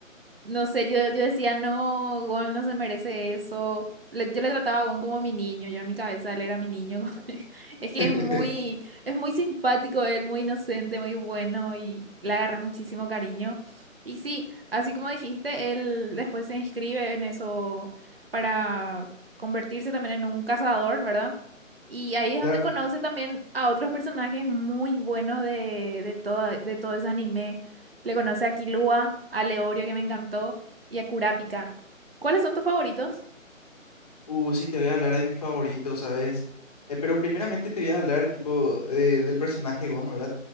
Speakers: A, on the right (about 45°); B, on the left (about 30°).
A: No sé, yo, yo decía, no, Gon no se merece eso. Le- yo le trataba a Gon como mi niño, yo en mi cabeza él era mi niño. <laughs> Es que
B: <laughs>
A: es muy, es muy simpático él, muy inocente, muy bueno y le agarré muchísimo cariño. Y sí, así como dijiste, él después se inscribe en eso para convertirse también en un cazador, ¿verdad? Y ahí es
B: Claro,
A: donde conoce también a otros personajes muy buenos de, de todo, de todo ese anime. Le conoce a Kilua, a Leorio, que me encantó, y a Kurapika. ¿Cuáles son tus favoritos?
B: uh, sí te voy a hablar de mi favorito, ¿sabes? Eh, pero primeramente te voy a hablar tipo eh, del personaje Gon, ¿verdad?